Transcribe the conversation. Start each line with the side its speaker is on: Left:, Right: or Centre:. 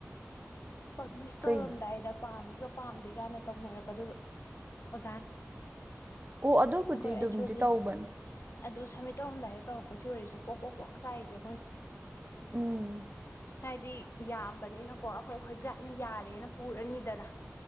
Left: ꯄꯕ꯭ꯂꯤꯁ ꯇꯧꯔꯝꯗꯥꯏꯗ
Right: ꯀꯩ
Left: ꯄꯥꯝꯃꯤꯒ ꯄꯥꯝꯗꯦ ꯒꯥꯅ ꯇꯧꯅꯔꯛꯀꯗꯣꯏꯕ ꯑꯣꯖꯥꯅ
Right: ꯑꯣ ꯑꯗꯨꯕꯨꯗꯤ
Left: ꯑꯩꯈꯣꯏ
Right: ꯑꯗꯨꯝꯗꯤ
Left: ꯑꯩꯆ ꯑꯣꯗꯤꯅ
Right: ꯇꯧꯕꯅꯦ
Left: ꯑꯗꯨ ꯁꯝꯃꯤꯠ ꯇꯧꯔꯝꯗꯥꯏꯗ ꯇꯧꯔꯛꯄꯁꯤ ꯑꯣꯏꯔꯤꯁꯦ ꯄ꯭ꯔꯣꯛ ꯀꯣꯛ ꯄꯣꯛ ꯆꯥꯛꯏꯁꯦ ꯑꯩꯈꯣꯏꯅ
Right: ꯎꯝ
Left: ꯍꯥꯏꯗꯤ ꯌꯥꯝꯕꯅꯤꯅꯀꯣ ꯑꯩꯈꯣꯏ ꯑꯩꯈꯣꯏ ꯒꯥꯏꯗꯅ ꯌꯥꯔꯦꯅ ꯄꯨꯔꯅꯤꯗꯅ